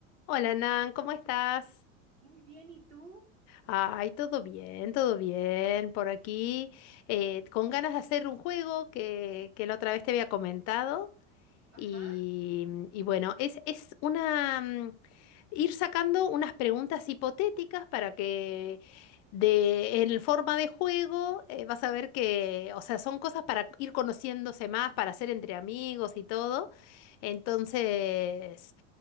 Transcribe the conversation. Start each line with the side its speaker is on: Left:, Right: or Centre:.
Left: Hola Nan, ¿cómo estás?
Right: Muy bien, ¿y tú?
Left: Ay, todo bien, todo bien. Por aquí, eh, con ganas de hacer un juego que, que la otra vez te había comentado.
Right: Ajá.
Left: Y, y bueno, es, es una... mm, ir sacando unas preguntas hipotéticas para que de, en forma de juego eh, vas a ver que, o sea, son cosas para ir conociéndose más, para hacer entre amigos y todo. Entonces,